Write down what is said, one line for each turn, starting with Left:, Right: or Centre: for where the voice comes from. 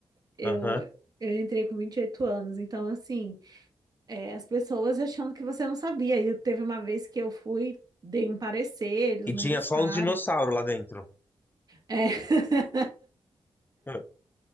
Right: Eu,
Left: Aham.
Right: eu entrei com 28 anos, então assim, é, as pessoas achando que você não sabia. E teve uma vez que eu fui, dei um parecer, eles
Left: E
Right: não
Left: tinha
Right: gostaram.
Left: só os dinossauros lá dentro.
Right: É, <laughs>
Left: <laughs>